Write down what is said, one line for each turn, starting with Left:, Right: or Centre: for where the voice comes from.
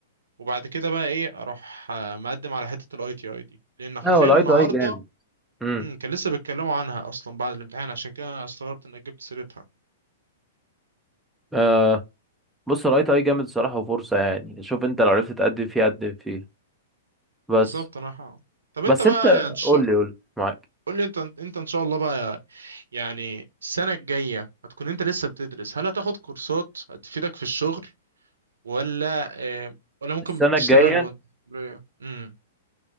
Right: وبعد كده بقى إيه أروح آه، مقدم على حتة الأي تي أي دي لأن حرفيا
Centre: لا هو الاي
Right: النهاردة
Centre: تي اي جامد امم
Right: مم، كان لسه بيتكلموا عنها أصلا بعد الامتحان عشان كده استغربت إنك جبت سيرتها
Centre: آه بص الاي تي اي جامد الصراحه وفرصه يعني شوف انت لو عرفت تقدم فيه قدم فيه بس
Right: بالظبط أنا ح- طب
Centre: بس
Right: انت بقى
Centre: انت
Right: ان شاء
Centre: قول لي قول لي معاك
Right: قول لي انت انت ان شاء الله بقى يعني السنة الجاية هتكون انت لسه بتدرس هل هتاخد كورسات هتفيدك في الشغل ولا اه ولا ممكن
Centre: السنه
Right: تشتغل
Centre: الجايه
Right: وانت امم